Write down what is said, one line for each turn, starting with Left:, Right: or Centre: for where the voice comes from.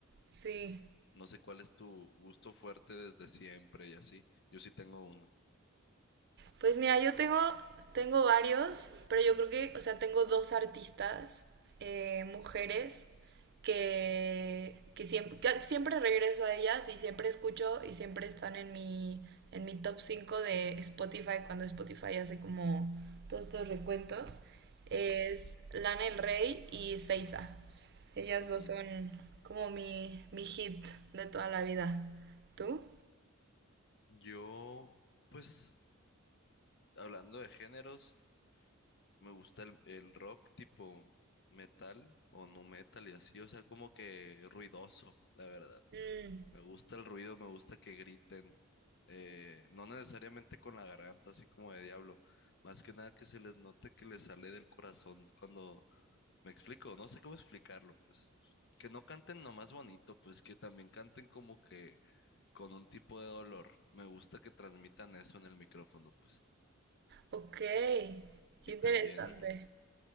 Right: Sí.
Left: No sé cuál es tu gusto fuerte desde siempre y así. Yo sí tengo uno.
Right: Pues mira, yo tengo, tengo varios, pero yo creo que, o sea, tengo dos artistas, eh, mujeres, que, que siempre, que siempre regreso a ellas y siempre escucho y siempre están en mi, en mi top 5 de Spotify cuando Spotify hace como todos estos recuentos. Es
Left: Ajá.
Right: Lana Del Rey y Seiza. Ellas
Left: Ujú.
Right: dos son como mi, mi hit de toda la vida. ¿Tú?
Left: Yo, pues, hablando de géneros, me gusta el, el rock tipo metal o nu metal y así, o sea, como que ruidoso, la verdad.
Right: Mm,
Left: Me gusta el ruido, me gusta que griten. eh, no necesariamente con la garganta así como de diablo. Más que nada que se les note que les sale del corazón cuando me explico. No sé cómo explicarlo, pues. Que no canten nomás bonito, pues que también canten como que con un tipo de dolor. Me gusta que transmitan eso en el micrófono, pues.
Right: ok, qué
Left: Y
Right: interesante.
Left: también